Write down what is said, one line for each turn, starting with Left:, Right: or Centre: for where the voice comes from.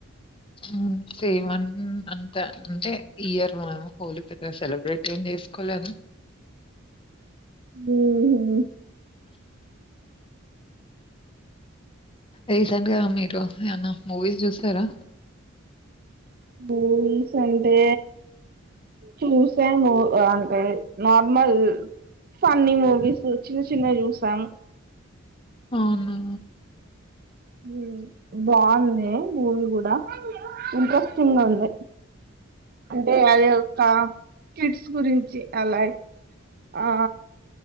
Left: ఉమ్ సేమన్ అంత అంటే ఈ ఇయర్ మనం హోలీ పెద్దగ సెలబ్రేట్ ఏం జేసుకోలేదు
Right: ఉమ్ హు
Left: రీసెంట్గా మీరు ఏమన్న మూవీస్ చూసారా
Right: మూవీస్ అంటే చూసాము అంటె నార్మల్ ఫన్ని మూవీసు చిన్న చిన్నవి చూసామ్
Left: ఔనా
Right: ఏ బాంది మూవి గూడా ఇంట్రెస్ తుండ ఉంది అంటే అది ఒక్క కిట్స్ గురించి అలా ఆ